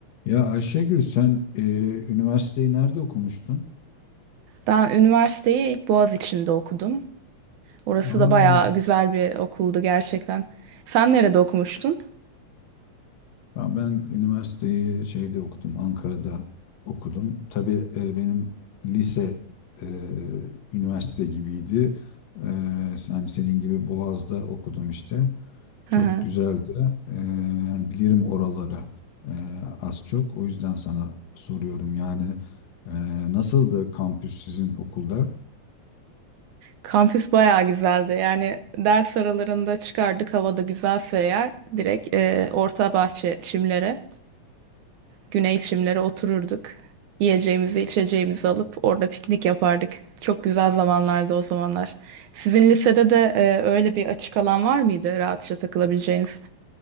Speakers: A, on the left (about 65°); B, on the right (about 80°).
A: Ya Ayşegül sen e, üniversiteyi nerede okumuştun?
B: Ben üniversiteyi ilk Boğaziçi'nde okudum. Orası
A: Aa,
B: da bayağı güzel bir okuldu gerçekten. Sen nerede okumuştun?
A: ya ben üniversiteyi şeyde okudum, Ankara'da okudum. Tabii e, benim lise e, üniversite gibiydi. E, hani senin gibi Boğaz'da okudum işte.
B: Hı
A: Çok
B: hı.
A: güzeldi. E, yani bilirim oraları e, az çok. O yüzden sana soruyorum yani e, nasıldı kampüs sizin okulda?
B: Kampüs bayağı güzeldi. Yani ders aralarında çıkardık havada güzelse eğer direkt e, orta bahçe çimlere, güney çimlere otururduk. Yiyeceğimizi, içeceğimizi alıp orada piknik yapardık. Çok güzel zamanlardı o zamanlar. Sizin lisede de e, öyle bir açık alan var mıydı rahatça takılabileceğiniz?